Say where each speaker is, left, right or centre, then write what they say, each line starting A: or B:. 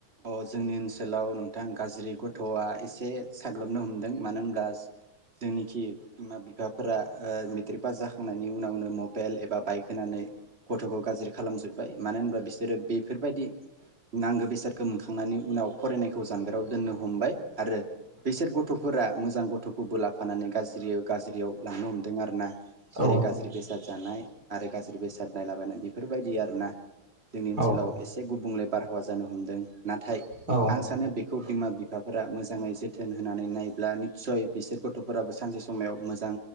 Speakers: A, on the right; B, on the right.
A: अ जोंनि ओनसोलाव नों आं गाज्रि गथआ एसे साग्लोबनो हमदों मानो होनब्ला जोंनिखि बिमा बिफाफोरा मेट्रिक पास जाखांनायनि उनावनो मबाइल एबा बाइक होनानै गथ'खौ गाज्रि खालामजोबबाय मानो होनबा बिसोरो बे बेफोरबायदि नांगौ बेसाद गोमखांनायनि उनाव फरायनायखौ जानगाराव दोननो हमबाय आरो बिसोर गथ'फोरा मोजां गथ'खौबो ला फानानै गाज्रियो गाज्रियाव लांनो हमदों आरो ना
B: औ
A: जेरै गाज्रि बेसा साद जानाय आरो गाज्रि बेसाद नायलाबायनाय बेफोरबायदि आरोना जोंनि ओनसोलाव
B: औ
A: एसे गुबुंले बारहावा जानो हमदों नाथाय
B: औ
A: आं सानो बेखौ बिमा बिफाफोरा मोजाङै जोथोन होना नै नायब्ला निस्सय बिसोर गथ'फोराबो सानसे समेयाव मोजां